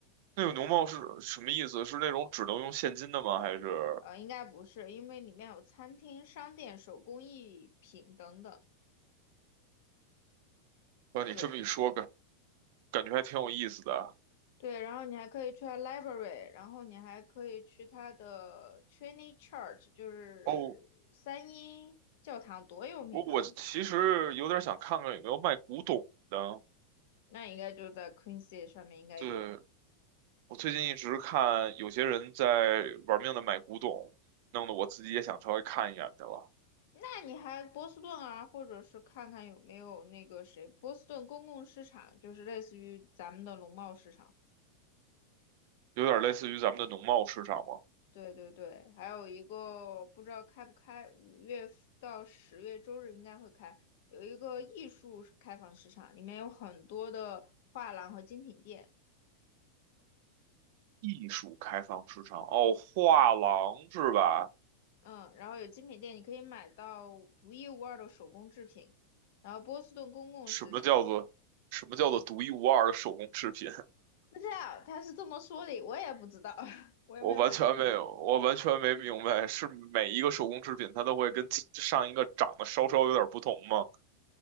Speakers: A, on the right; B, on the left.
A: 那个农贸是什么意思？是那种只能用现金的吗？还是？
B: 呃，应该不是，因为里面有餐厅、商店、手工艺品等等。
A: 哇，你这么一说，
B: 对
A: 感感觉还挺有意思的啊。
B: 对，然后你还可以去它 library，然后你还可以去他的 Trinity Church，就是三一教堂，
A: 哦，
B: 多有名啊！
A: 我我其实有点想看看有没有卖古董的。
B: 那应该就在 Queen City 上面应该有。
A: 对，我最近一直看有些人在玩命的买古董，弄得我自己也想稍微看一眼去了。
B: 那你还波士顿啊，或者是看看有没有那个谁，波士顿公共市场，就是类似于咱们的农贸市场。
A: 有点类似于咱们的农贸市场嘛，
B: 对对对，还有一个不知道开不开，五月到十月周日应该会开，有一个艺术开放市场，里面有很多的画廊和精品店，
A: 艺术开放市场。哦，画廊是吧？
B: 嗯，然后有精品店你可以买到独一无二的手工制品，然后波士顿公共市场，
A: 什么叫做什么叫做独一无二的手工制品？
B: 不知道他是这么说的，我也不知道，<laughs> 我也没买过。
A: 我完全没有，我完全没明白，是每一个手工制品它都会跟其上一个长得稍稍有点不同吗？